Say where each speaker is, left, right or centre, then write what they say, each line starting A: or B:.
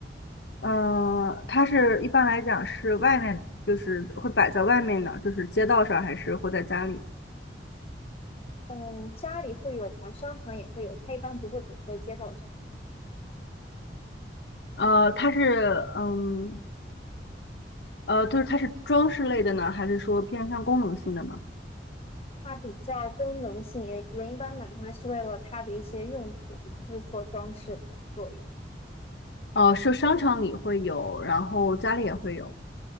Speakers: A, on the left (about 70°); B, on the left (about 35°).
A: 嗯，它是一般来讲是外面，就是会摆在外面呢，就是街道上还是会在家里？
B: 嗯，家里会有吧，商场也会有，它一般不会摆在街道上，
A: 呃，它是嗯呃，就是它是装饰类的呢，还是说偏向功能性的呢？
B: 它比较功能性，人人一般买它是为了它的一些用途，而不是说装饰的作用。
A: 哦、呃是商场里会有，然后家里也会有。